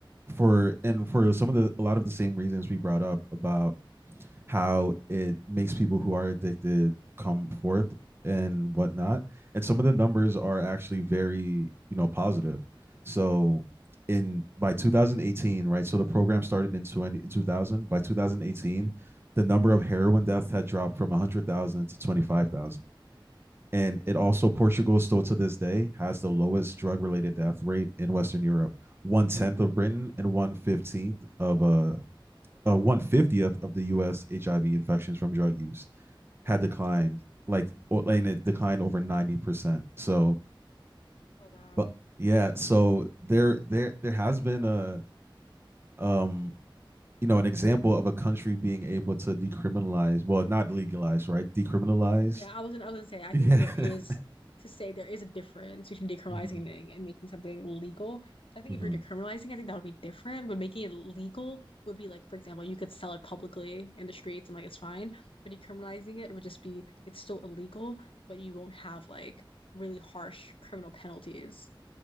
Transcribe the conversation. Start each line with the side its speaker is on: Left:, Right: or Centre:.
Right: for and for some of the a lot of the same reasons we brought up about how it makes people who are addicted come forth and whatnot. And some of the numbers are actually very, you know, positive. So in by 2018, right? So the program started in 2000. By 2018,
Left: Mhm.
Right: the number of heroin deaths had dropped from 100,000 to 25,000. And it also, Portugal still to this day has the lowest drug related death rate in Western Europe, one tenth of Britain and one fifteenth of a a one fiftieth of the U.S. HIV infections from drug use had declined, like and it declined over ninety percent. So,
Left: Oh wow.
Right: but yeah, so there there there has been a um you know an example of a country being able to decriminalize, well, not legalize, right? Decriminalize,
Left: Yeah, I wasn't I was gonna say I
Right: yeah,
Left: think there is
Right: <laughs>
Left: to say there is a difference between decriminalizing
Right: Mhm,
Left: and, and making something legal. So I think
Right: mhm.
Left: if you're decriminalizing, I think that would be different. But making it legal would be like, for example, you could sell it publicly in the streets and like it's fine. But decriminalizing it would just be it's still illegal, but you won't have like really harsh criminal penalties